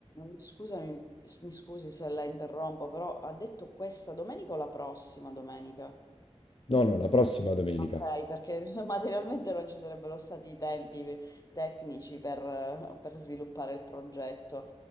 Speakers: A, on the left; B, on the left.
A: Scusami, s- mi scusi se la interrompo, però ha detto questa domenica o la prossima domenica?
B: No, no, la prossima domenica.
A: Ok, perché <laughs> materialmente non ci sarebbero stati i tempi tecnici per, per sviluppare il progetto.